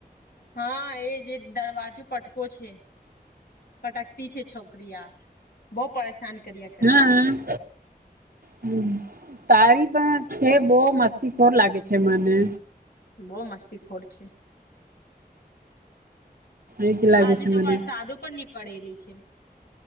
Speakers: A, on the left; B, on the right.
A: હા એજ એજ દરવાજો પટકો છે. પટકતી છે છોકરી આ. બો પરેશાન કરયા.
B: હમમ. હમમ. તારી પણ છે બો મસ્તી ખોર લાગે છે મને.
A: બો મસ્તી ખોર છે.
B: એજ લાગે
A: આજે
B: છે
A: તો
B: મને
A: વરસાદો પણ ની પડી રહ્યો છે.